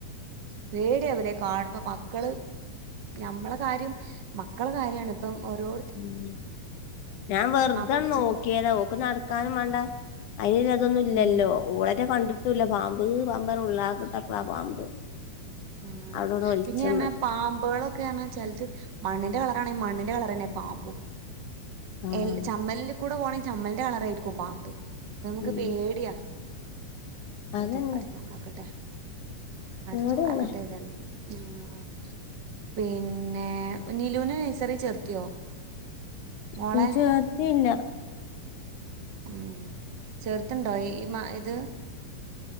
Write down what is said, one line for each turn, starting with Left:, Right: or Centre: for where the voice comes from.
Right: പേടിയാവുലേ കാണുമ്പോ മക്കള് ഞമ്മളെ കാര്യം മക്കളെ കാര്യാണ് ഇപ്പം ഓരോ.
Left: ഉം ഞാൻ വെറുതെ
Right: കടിച്ച്
Left: നോക്കിയതാ ഓൾക്ക് നടക്കാ. ക്കാനും വേണ്ട അയിന് അതൊന്നും ഇല്ലല്ലോ.
Right: ഉം
Left: ഓളുറ്റേ കണ്ടിട്ടും ഇല്ല പാമ്പ് പാമ്പ് ഉള്ളാക്കട്ടപ്പളാ പാമ്പ്.
Right: ഉം
Left: അവിടവിടെ ഒലിച്ചന്ന്
Right: പിന്നെ ഞാൻ. പാമ്പുകൾ ഒക്കെയാണ് ചെലത് മണ്ണിന്റെ കളർ ആണേൽ മണ്ണിന്റെ കളർ തന്നെ പാമ്പും.
Left: ആഹ്
Right: എൽ ചമ്മലിൽ കൂടെ പോകണെങ്കിൽ ചമ്മലിന്റെ കളറയിരിക്കും പാമ്പ് അപ്പൊ നമുക്ക്
Left: ഉം
Right: പേടിയാ.
Left: അതന്നെ
Right: ഏതായാലും പടച്ചവൻ കാക്കട്ടെ.
Left: ഇവടന്നെ
Right: പടച്ചോൻ കാക്കട്ടെ ഏതായാലും ആഹ്. പിന്നെ നിലൂനെ നഴ്സറി ചേർത്തിയോ? മോളെ
Left: ഉം ചേർത്തിയില്ല
Right: ഉം ചേർത്തണ്ടോ ഈ ഇത്